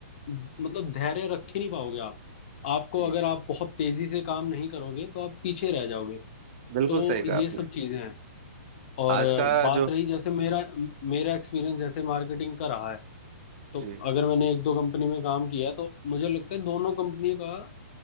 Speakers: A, on the left (about 45°); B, on the right (about 45°).
A: मतलब धैर्य रख ही नहीं पाओगे आप आपको
B: जी
A: अगर आप बहुत तेजी से काम नहीं करोगे तो आप पीछे रह जाओगे
B: बिल्कुल
A: तो
B: सही
A: ये
B: कहा आपने
A: सब चीजें हैं और
B: आज
A: अ,
B: का
A: बात
B: जो
A: रही जैसे मेरा म- मेरा एक्सपीरियंस जैसे मार्केटिंग का रहा है तो
B: जी
A: अगर मैंने एक दो कंपनी में काम किया है, तो मुझे लगता है दोनों कंपनी का